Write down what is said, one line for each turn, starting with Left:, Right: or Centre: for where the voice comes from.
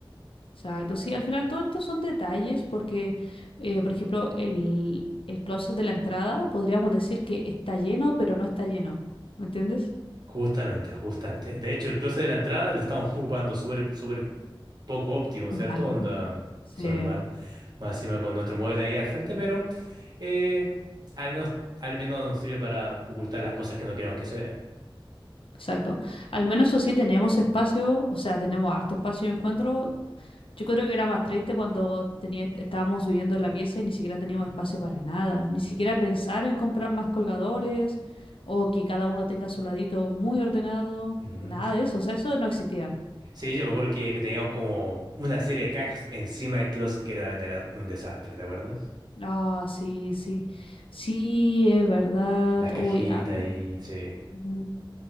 Left: Exacto, sí, al final todo esto son detalles porque, eh, por ejemplo, el, el closet de la entrada podríamos decir que está lleno, pero no está lleno, ¿me entiendes?
Right: Justamente, justamente. De hecho, el closet de la entrada le estamos <laughs> ocupando súper, súper poco óptimo,
Left: Mal,
Right: ¿cierto? Onda,
Left: sí,
Right: súper mal. Más encima con nuestro modelo ahí al frente, pero eh, al menos, al menos nos sirve para ocultar las cosas que no queremos que se vean.
Left: exacto. Al menos eso sí tenemos espacio, o sea, tenemos harto espacio de encuentro Yo creo que era más triste cuando tenía, estábamos viviendo en la pieza y ni siquiera teníamos espacio para nada, ni siquiera pensar en comprar más colgadores o que cada uno tenga su ladito muy ordenado,
Right: Ujú.
Left: nada de eso, o sea, eso no existía.
Right: Sí, yo me acuerdo que, que teníamos como una serie de cajas encima del closet que también era un desastre, ¿te acuerdas?
Left: Ah, sí, sí, sí, es verdad.
Right: Las cajitas
Left: Uy, ah,
Right: ahí, sí.
Left: mm,